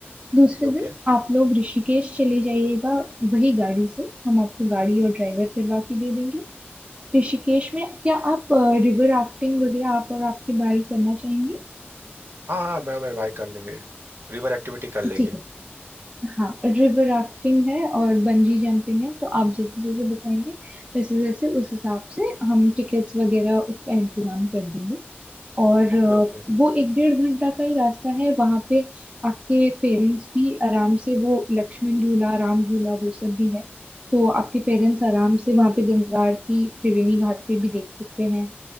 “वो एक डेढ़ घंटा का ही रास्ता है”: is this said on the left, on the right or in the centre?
Right